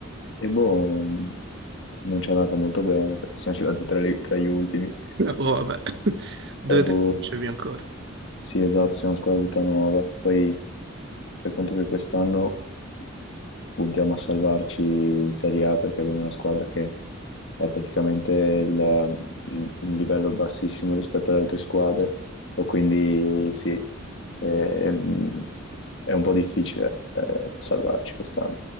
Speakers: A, on the left; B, on the right.
A: E boh, mm, non ci è andato molto bene perché siamo <laughs> arrivati tra, li- tra gli ultimi.
B: Ah, boh, vabbè, <laughs> dovete
A: Però boh,
B: conoscervi ancora.
A: sì, esatto, siamo una squadra tutta nuova. Poi fai conto che quest'anno puntiamo a salvarci in Serie A perché abbiamo una squadra che è praticamente il- un livello bassissimo rispetto alle altre squadre, o quindi sì, ehm, è un po' difficile eh, salvarci quest'anno.